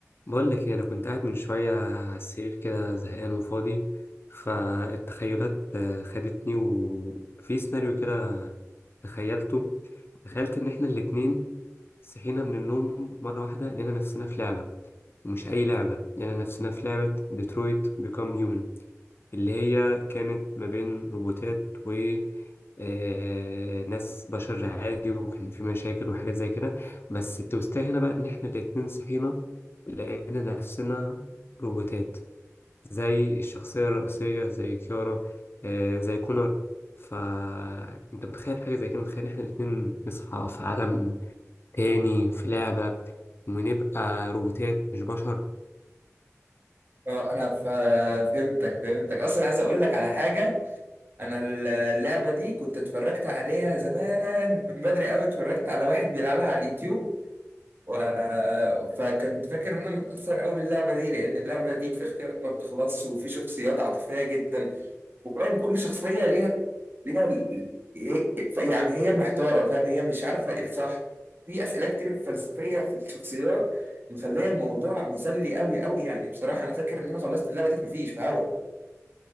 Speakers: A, on the left (about 45°); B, on the right (about 40°).
A: بقول لك ايه انا كنت قاعد من شويه على السرير كده زهقان وفاضي فالتخيلات آه، خدتني وفي سيناريو كده تخيلته تخيلت ان احنا الاتنين صحينا من النوم مره واحده لقينا نفسنا في لعبه ومش اي لعبه لقينا نفسنا في لعبه ديترويت بيكام هيومن اللي هي كانت ما بين روبوتات و آه، ناس بشر عادي وكان في مشاكل وحاجات زي كده بس التوستاه هنا بقى ان احنا الاتنين صحينا لقينا نفسنا روبوتات زي الشخصية الرئيسية زي كيارا آه، زي كونر فانت متخيل حاجة زي كده متخيل ان احنا الاتنين نصحى في عالم تاني في لعبة ونبقى روبوتات مش بشر
B: اه انا ف- فهمتك فهمتك اصلا عايز اقول لك على حاجه انا ال- اللعبه دي كنت اتفرجت عليها زمان من بدري قوي اتفرجت على واحد بيلعبها على اليوتيوب و... فكنت فاكر ان انا متاثر قوي باللعبه دي لان اللعبه دي في اختيارات ما بتخلصش وفي شخصيات عاطفيه جدا وفاهم كل شخصية ليها ليها ال- هي- ف- يعني هي محتارة فاهم هي مش عارفة ايه الصح في أسئلة كتير فلسفية في الشخصيات مخلية الموضوع مسلي قوي قوي يعني بصراحة أنا فاكر إن أنا خلصت اللعبة دي مفيش في هوا